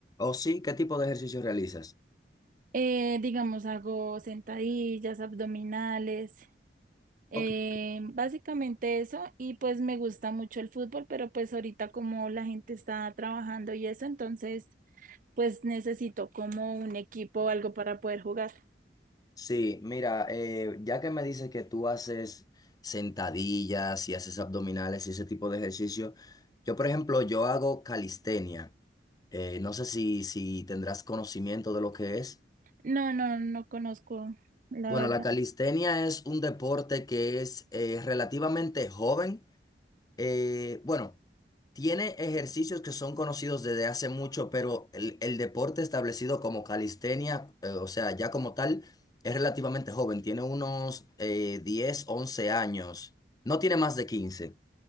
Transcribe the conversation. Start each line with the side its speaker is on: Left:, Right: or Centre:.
Left: ¿O sí? ¿Qué tipo de ejercicio realizas?
Right: Eh, digamos, hago sentadillas, abdominales, eh,
Left: Ok.
Right: básicamente eso, y pues me gusta mucho el fútbol, pero pues ahorita como la gente está trabajando y eso, entonces pues necesito como un equipo o algo para poder jugar.
Left: Sí, mira, eh, ya que me dices que tú haces sentadillas y haces abdominales y ese tipo de ejercicio, yo por ejemplo, yo hago calistenia. Eh, no sé si, si tendrás conocimiento de lo que es.
Right: No, no, no conozco, la
Left: Bueno,
Right: verdad.
Left: la calistenia es un deporte que es eh, relativamente joven. Eh, bueno, tiene ejercicios que son conocidos desde hace mucho, pero el, el deporte establecido como calistenia, eh, o sea, ya como tal, es relativamente joven. Tiene unos eh, 10, 11 años. No tiene más de 15.